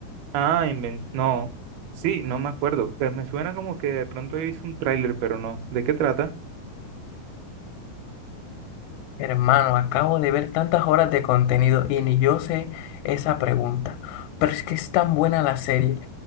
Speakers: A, on the right (about 75°); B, on the left (about 85°).
A: Ah, inven- no. Sí, no me acuerdo. Pero me suena como que de pronto he visto un tráiler, pero no. ¿De qué trata?
B: Hermano, acabo de ver tantas horas de contenido y ni yo sé esa pregunta. Pero es que es tan buena la serie.